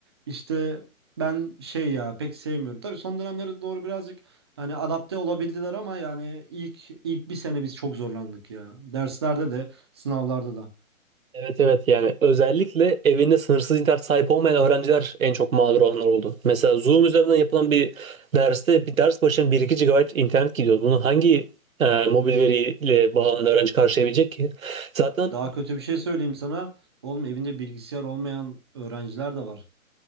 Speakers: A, on the right; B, on the right.
A: işte ben şey ya pek sevmiyorum. Tabii son dönemlere doğru birazcık hani adapte olabildiler ama yani ilk ilk bir sene biz çok zorlandık ya. Derslerde de sınavlarda da.
B: Evet evet yani özellikle evinde sınırsız internet sahip olmayan öğrenciler en çok mağdur olanlar oldu. Mesela Zoom üzerinden yapılan bir derste bir ders başına bir iki gigabayt internet gidiyor. Bunu hangi e, mobil veriyle bağlanan öğrenci karşılayabilecek ki? Zaten
A: Daha kötü bir şey söyleyeyim sana. Oğlum evinde bilgisayar olmayan öğrenciler de var.